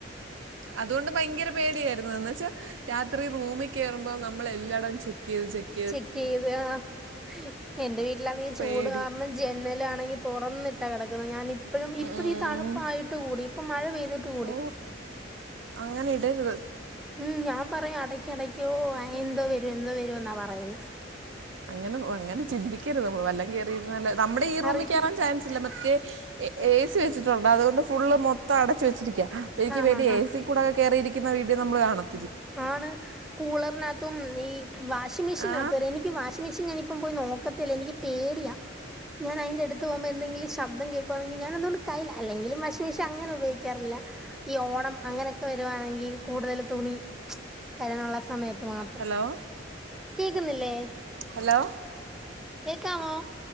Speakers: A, on the right; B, in the centre.
A: അതുകൊണ്ട് ഭയങ്കര പേടിയായിരുന്നു. എന്ന് വെച്ചാ രാത്രി റൂമി കേറുമ്പം നമ്മൾ എല്ലായിടം ചെക്ക് ചെയ്ത് ചെ
B: ചെക്ക് ചെയ്ത് ആഹ്. എന്റെ വീട്ടിലാന്നെങ്കി ചൂട്
A: പേടി
B: കാരണം ജനലാണെങ്കി തുറന്നിട്ടാ കിടക്കുന്നെ. ഞാന് ഇപ്പഴും
A: ഉം.
B: ഇപ്പഴും ഈ തണുപ്പായിട്ട് കൂടി ഇപ്പം മഴ പെയ്തിട്ട് കൂടി.
A: ഓ അങ്ങനെ ഇടര്ത്.
B: ഉം ഞാൻ പറയും അടയ്ക്ക് അടയ്ക്കോ എന്തോ വരും എന്തോ വരുമെന്നാ പറയ്ന്നെ.
A: അങ്ങനെ അങ്ങനെ ചിന്തിക്കരുത് നമ്മള്. വല്ലം കേറി ഇരുന്നാല് നമ്മുടെ ഈ റൂമിൽ
B: അറിയത്തില്ല
A: കേറാൻ ചാൻസില്ല മറ്റേ എ ഏ സി വെച്ചിട്ടുണ്ട് അതുകൊണ്ട് ഫുള്ള് മൊത്തം അടച്ച് വച്ചിരിക്ക്യാ അപ്പം എനിക്ക്
B: ആഹ്
A: വേണ്ടി
B: ആഹ്
A: എ
B: ആഹ്
A: സി കൂടൊക്ക കേറിയിരിക്കുന്ന വീഡിയോ നമ്മൾ കാണും.
B: ആണ്. കൂളറിനകത്തും ഈ വാഷിംഗ് മെഷീനകത്ത്
A: ആ
B: വരെ എനിക്ക് വാഷിംഗ് മെഷീൻ ഞാനിപ്പം പോയി നോ ക്കത്തില്ല എനിക്ക് പേടിയാ. ഞാൻ അയ്ന്റെടുത്ത് പോവുമ്പോ എന്തെങ്കിലും ശബ്ദം കേക്കുവാണെങ്കി ഞാനതോണ്ട് കയ്യ്ലാ അല്ലെങ്കിലും വാഷിംഗ് മിഷീൻ അങ്ങനെ ഉപയോഗിക്കാറില്ല. ഈ ഓണം അങ്ങനെയൊക്കെ വരുവാണെങ്കി കൂടുതൽ തുണി കഴ്കാനുള്ള സമയത്ത് മാ
A: ഹലോ.
B: കേക്കുന്നില്ലേ?
A: ഹലോ
B: കേക്കാമോ?